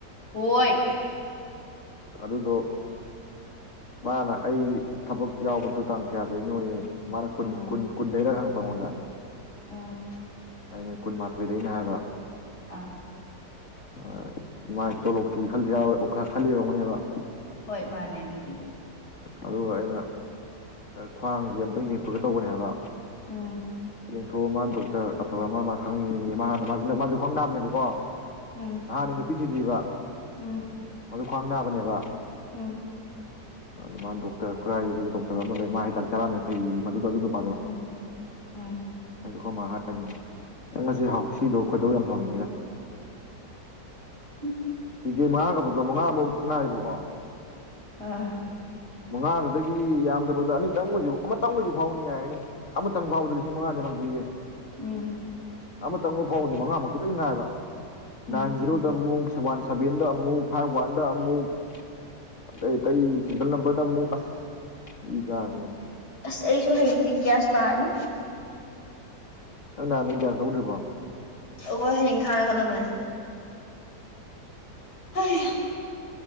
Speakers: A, on the left (about 70°); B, on the left (about 45°).
A: ꯍꯣꯏ
B: ꯑꯗꯨꯗꯣ ꯃꯥꯅ ꯑꯩ ꯊꯕꯛ ꯌꯥꯎꯕꯗ ꯇꯥꯡ ꯀꯌꯥꯗꯩꯅꯣꯌꯦ ꯃꯥꯅ ꯀꯨꯟ
A: ꯎꯝ
B: ꯀꯨꯟ ꯀꯨꯟꯗꯩꯔ ꯍꯪꯉꯛꯄ ꯑꯉꯣꯟꯗ
A: ꯎꯝ
B: ꯑꯩꯅ ꯀꯨꯟꯃꯥꯊꯣꯏꯗꯩꯅꯦ ꯍꯥꯏꯕ
A: ꯑꯥ
B: ꯃꯥꯏ ꯁꯨꯃꯥꯏ ꯇꯣꯂꯣꯞꯀꯤ ꯈꯜꯂꯤꯔꯥꯎꯏ ꯑꯣꯛꯈꯥꯛ ꯈꯜꯂꯤ ꯑꯣꯏꯔꯝꯒꯅꯤꯕ
A: ꯍꯣꯏ ꯃꯥꯅꯦ ꯑꯗꯨꯕꯨꯗꯤ
B: ꯑꯗꯨꯒ ꯑꯩꯅ ꯈ꯭ꯋꯥꯡꯁꯖꯦ ꯑꯝꯇ ꯌꯦꯡꯊꯣꯀꯦ ꯇꯧꯕꯅꯦ ꯍꯥꯏꯕ
A: ꯎꯝ
B: ꯌꯦꯡꯊꯣꯛꯑꯣ ꯃꯥ ꯗꯣꯛꯇꯔ ꯑꯐꯕ ꯑꯃ ꯃ ꯈꯪꯉꯦꯌꯦ ꯃꯥ ꯍꯅ ꯃꯥꯖꯨ ꯅ ꯈꯋꯥꯡ ꯅꯕꯅꯦꯕꯒꯣ
A: ꯎꯝ
B: ꯍꯥꯟꯅꯩ ꯅꯨꯄꯤ ꯊꯤꯗꯤꯕ
A: ꯎꯝ
B: ꯃꯖꯨ ꯈ꯭ꯋꯥꯡ ꯅꯥꯕꯅꯦꯕ
A: ꯎꯝ
B: ꯑꯗꯨ ꯃꯥ ꯗꯣꯛꯇꯔ ꯈꯨꯔꯥꯏꯗ ꯗꯤ ꯗꯣꯛꯇꯔ ꯑꯃ ꯂꯩ ꯃꯥ ꯍꯤꯗꯥꯛ ꯆꯥꯔꯝꯃꯦ ꯐꯩꯌꯦ ꯃꯗꯨꯗꯣ ꯑꯗꯨ ꯅꯨꯄꯥꯗꯣ
A: ꯎꯝ ꯎꯝ
B: ꯑꯩꯗꯨ ꯑꯈꯣꯏ ꯃꯥ ꯍꯥꯏꯗꯨꯟ ꯅꯪ ꯉꯁꯤ ꯍꯥꯎꯁꯤꯗꯣ ꯈꯣꯏꯗꯧ ꯌꯥꯝ ꯁꯥꯎꯅꯤꯡꯉꯤꯗꯥ
A: ꯍꯝ
B: ꯇꯤꯀꯦꯠ ꯃꯉꯥ ꯀꯛꯄꯗꯣ ꯃꯉꯥꯃꯨꯛ ꯉꯥꯏꯌꯦꯕꯒꯣ
A: ꯑ
B: ꯃꯉꯥꯗꯨꯗꯒꯤ ꯌꯥꯝꯗꯕꯗ ꯑꯅꯤꯇꯪ ꯑꯣꯏꯖꯨ ꯑꯃꯇꯪ ꯑꯣꯏꯖꯨ ꯐꯥꯎꯅꯤ ꯌꯥꯔꯦꯅꯦ ꯑꯃꯇꯪ ꯐꯥꯎꯕꯗ ꯂꯤꯁꯤꯡ ꯃꯉꯥꯅꯤ ꯐꯪꯗꯣꯏꯁꯦ
A: ꯎꯝ
B: ꯑꯃꯇꯪ ꯕꯨ ꯐꯥꯎꯗꯤ ꯃꯉꯥꯃꯛꯇꯤ ꯂꯣꯏ ꯉꯥꯏꯕ
A: ꯎꯝ
B: ꯅꯥꯏꯟ ꯖꯤꯔꯣꯗ ꯑꯃꯨꯛ ꯋꯥꯟ ꯁꯚꯦꯟꯗ ꯑꯃꯨꯛ ꯐꯥꯏꯚ ꯋꯥꯟꯗ ꯑꯃꯨꯛ ꯑꯇꯩ ꯑꯇꯩ ꯁꯤꯡꯒꯜ ꯅꯝꯕꯔꯗ ꯑꯃꯨꯛ ꯑꯁ ꯏ ꯀꯥꯕꯅꯦ
A: ꯑꯁ ꯑꯩꯁꯨ ꯍꯌꯦꯡꯗꯤ ꯒ꯭ꯌꯥꯁ ꯂꯥꯛꯑꯅꯤ
B: ꯅꯪ ꯅꯥꯟ ꯗꯩ ꯒꯌꯥꯁ ꯂꯧꯗ꯭ꯔꯤꯕꯣ
A: ꯑꯈꯣꯏ ꯍꯌꯦꯡ ꯊꯥꯔꯛꯀꯗꯕꯅꯦ ꯍꯩꯌ